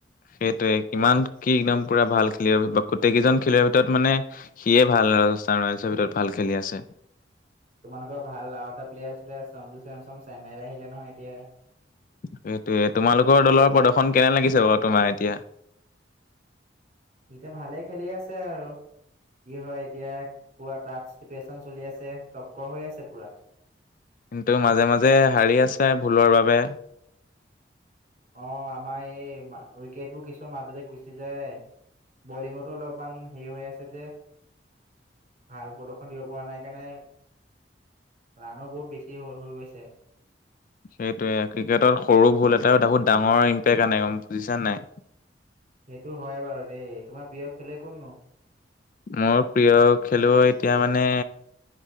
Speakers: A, on the left (about 45°); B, on the right (about 35°).
A: সেইটোৱে! কিমান, কি একদম পূৰা ভাল খেলুৱৈৰ বা গোটেই কেইজন খেলুৱৈৰ ভিতৰত মানে, সিয়ে ভাল, ৰাজস্থান ৰয়েলছৰ ভিতৰত ভাল খেলি আছে।
B: তোমালোকৰ ভাল আৰু এটা প্লেয়াৰ আছিলে, সঞ্জু চেমচং চেন্নাইলৈ আহিলে নহয়, এতিয়া।
A: সেইটোৱে! তোমালোকৰ দলৰ প্ৰদৰ্শন কেনে লাগিছে বাৰু, তোমাৰ এতিয়া?
B: এতিয়া, ভালে খেলি আছে আৰু। কি হয় এতিয়া, পূৰা টাফ চিটুৱেশ্চন চলি আছে। তক্কৰ হৈ আছে পূৰা।
A: তেওঁ মাজে- মাজে সাৰি আছে, ভুলৰ বাবে।
B: অ'! আমাৰ এই, উইকেটবোৰ, কিছুমান মাজতে গুচি যায়। বলিঙতো অলপমান হেৰি হৈ আছে যে। ভাল প্ৰদৰ্শন দিব পৰা নাই, কাৰণে ৰানো, বহুত বেছি হৈ হৈ গৈছে।
A: সেইটোৱে! ক্ৰিকেটত সৰু ভুল এটাও, তাকো, ডাঙৰ ইম্পেক্ট আনে, বুজিছা নাই?
B: সেইটো হয় বাৰু দেই! তোমাৰ প্ৰিয় খেলুৱৈ কোননো?
A: মোৰ প্ৰিয় খেলুৱৈ এতিয়া মানে